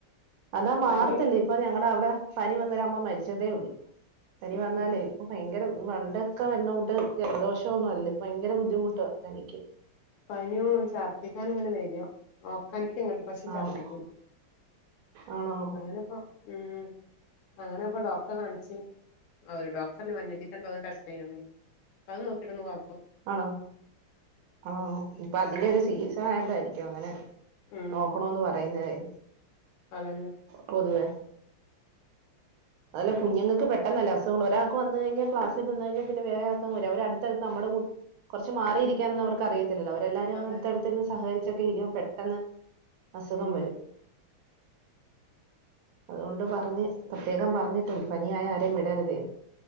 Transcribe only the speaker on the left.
പനിയും
ഉം
ഉം
പനിയും ചർദിക്കാൻ ഇങ്ങനെ വര്യും ഓക്കാനിക്ക ഇങ്ങട്ട് പക്ഷെ ചർദിക്കൂല്ല
അങ്ങനെപ്പ ഉം അങ്ങനെ ഇപ്പൊ ഡോക്ടറെ കാണിച്ച് അവ ഡോക്ടറ് പറഞ്ഞു മഞ്ഞപ്പിത്തം ഇണ്ടോ ടെസ്റ്റ്‌ റ്റെയണം അത് നോക്കിട്ടൊന്നും കൊഴ
ഉം
അതന്നെ
<inaudible>
അതെ
ഉം